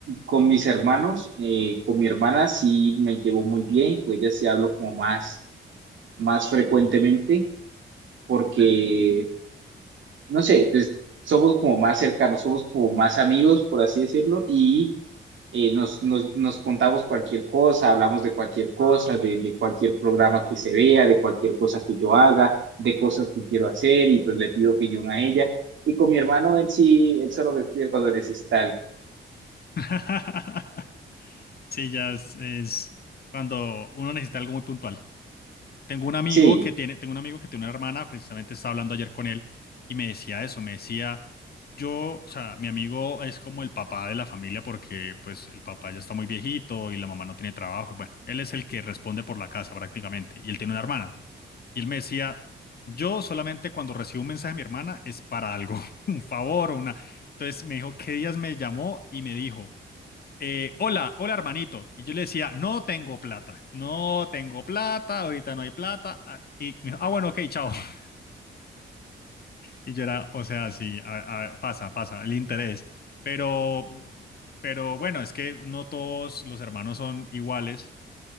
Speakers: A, on the right; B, on the left.
A: Con mis hermanos, eh, con mi hermana sí me llevo muy bien, con ella sí hablo como más, más frecuentemente, porque, no sé, pues somos como más cercanos, somos como más amigos, por así decirlo, y eh, nos, nos, nos contamos cualquier cosa, hablamos de cualquier cosa, de, de cualquier programa que se vea, de cualquier cosa que yo haga, de cosas que quiero hacer, y pues le pido opinión a ella. Y con mi hermano, él sí, él solo me pide cuando necesita algo.
B: <laughs> Sí, ya es, es cuando uno necesita algo muy puntual. Tengo un amigo
A: Sí.
B: que tiene, tengo un amigo que tiene una hermana, precisamente estaba hablando ayer con él y me decía eso, me decía, yo, o sea, mi amigo es como el papá de la familia porque pues el papá ya está muy viejito y la mamá no tiene trabajo y bueno, él es el que responde por la casa prácticamente y él tiene una hermana. Y él me decía, yo solamente cuando recibo un mensaje de mi hermana es para algo, <laughs> un favor o una... Entonces me dijo, ¿qué días me llamó y me dijo? eh, hola, hola hermanito. Y yo le decía, no tengo plata, no tengo plata, ahorita no hay plata. Ah, Y me dijo, ah, bueno, ok, chao. <laughs> Y yo era, o sea, sí, a- a- pasa, pasa, el interés. Pero, pero bueno, es que no todos los hermanos son iguales.